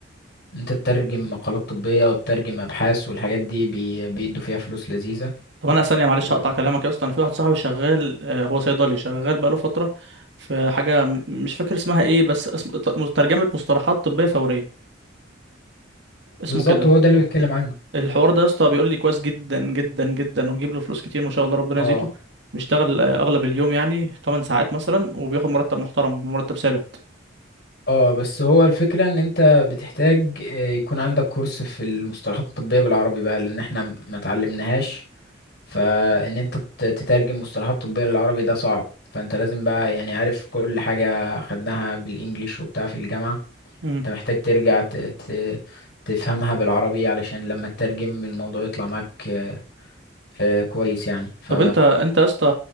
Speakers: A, on the left; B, on the right.
A: أنت تترجم مقالات طبية وتترجم أبحاث والحاجات دي بي... بيدوا فيها فلوس لذيذة
B: طب انا ثانيه معلش
A: و-
B: هقطع كلامك يا اسطى انا في واحد صاحبي شغال آه، هو صيدلي شغال بقاله فتره في حاجه م- مش فاكر اسمها ايه بس اسم ط- ترجمه مصطلحات طبيه فوريه اسمه
A: بالظبط
B: كده
A: هو ده اللي بيتكلم عنه
B: الحوار ده يا اسطى بيقول لي كويس جدا جدا جدا وبيجيب له فلوس كتير ما شاء الله ربنا
A: اه
B: يزيده بيشتغل آه، اغلب اليوم يعني 8 ساعات مثلا وبياخد مرتب محترم مرتب ثابت
A: اه بس هو الفكرة ان انت بتحتاج آه، يكون عندك كورس في المصطلحات الطبية بالعربي بقى لان احنا م- ما تعلمناهاش فان انت ت- تترجم مصطلحات طبية للعربي ده صعب فانت لازم بقى يعني عارف كل حاجة خدناها بالانجليش وبتاع في الجامعة
B: امم
A: انت محتاج ترجع ت... ت... تفهمها بالعربي علشان لما تترجم الموضوع يطلع معاك آه، آه، كويس يعني ف
B: طب انت انت يا اسطى